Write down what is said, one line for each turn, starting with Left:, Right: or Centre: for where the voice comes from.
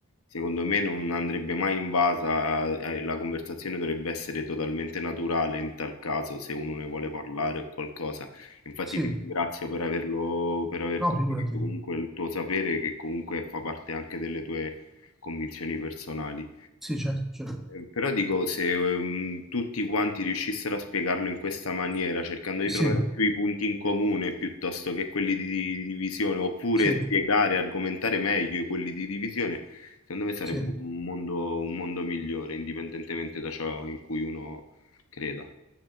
Left: secondo me non andrebbe mai invasa, eh, la conversazione dovrebbe essere totalmente naturale in tal caso se uno ne vuole parlare o qualcosa. Infatti
Centre: sì,
Left: ti ringrazio per averlo, per aver
Centre: no,
Left: condiviso
Centre: figurati,
Left: comunque il tuo sapere che comunque fa parte anche delle tue convinzioni personali.
Centre: sì, certo, certo.
Left: Eh, Però dico, se ehm, tutti quanti riuscissero a spiegarlo in questa maniera, cercando di
Centre: Sì,
Left: trovare più i punti in comune piuttosto che quelli di, di divisione, oppure
Centre: sì,
Left: spiegare, argomentare meglio quelli di divisione, secondo me sarebbe
Centre: sì.
Left: un mondo, un mondo migliore, indipendentemente da ciò in cui uno creda.